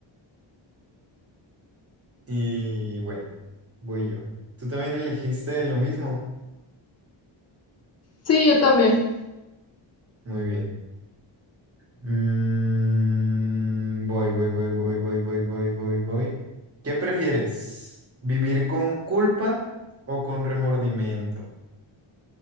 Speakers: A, on the right; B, on the left.
A: Y bueno, voy yo. ¿Tú también elegiste lo mismo?
B: Sí, yo también.
A: Muy bien. Mm, voy, voy, voy, voy, voy, voy, voy, voy, voy. ¿Qué prefieres? ¿Vivir con culpa o con remordimiento?